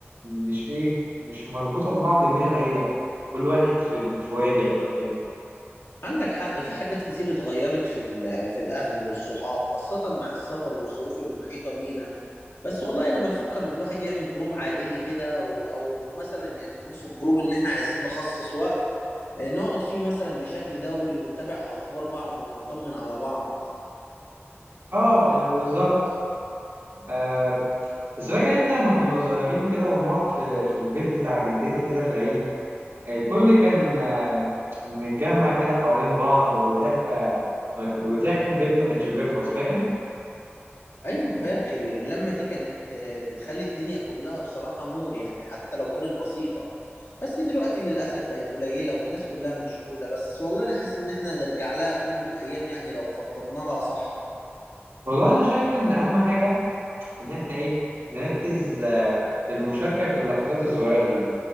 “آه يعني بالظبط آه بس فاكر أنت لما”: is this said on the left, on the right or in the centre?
Right